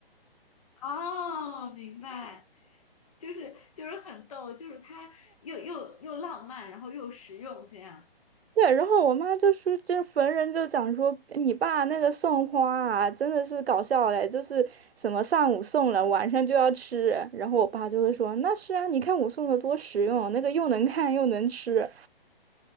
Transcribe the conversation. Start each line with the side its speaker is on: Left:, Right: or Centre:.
Left: 哦，明白，就是就是很逗，就是他又又又浪漫，然后又实用这样。
Right: 对，然后我妈就说，就是逢人就讲说，哎你爸那个送花啊，真的是搞笑嘞，就是什么上午送了，晚上就要吃。然后我爸就会说，那是啊，你看我送的多实用，那个又能看又能吃，